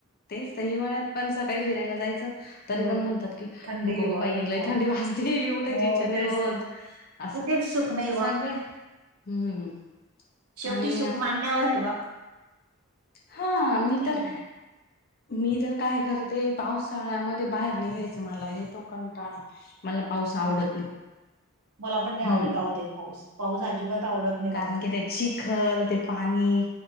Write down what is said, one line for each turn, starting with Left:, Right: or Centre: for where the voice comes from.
Left: तेच तर हिवाळ्यात पण सकाळी फिरायला जायचं. तरी
Right: हो
Left: पण म्हणतात की
Right: थंडी
Left: नको
Right: व
Left: ग बाई
Right: नको
Left: लय थंडी वाजते उठायची
Right: हो
Left: इच्छा नाही
Right: तेच
Left: होत.
Right: तर
Left: असं
Right: कुठेच सुख नाही ब बा,
Left: सगळे हम्म
Right: शेवटी
Left: आणि
Right: सुख माण्यावर आहे बा.
Left: हा मी
Right: नाही
Left: तर
Right: का
Left: मी तर काय करते पावसाळ्यामध्ये बाहेर निघायचं मला येतो कंटाळा. मला पाऊस आवडत
Right: हो,
Left: नाही
Right: मला पण नाही
Left: हम्म
Right: आवडत आहो ताई पाऊस, पाऊस अजिबात आवडत नाही मला
Left: कारण की ते चिखल, ते पाणी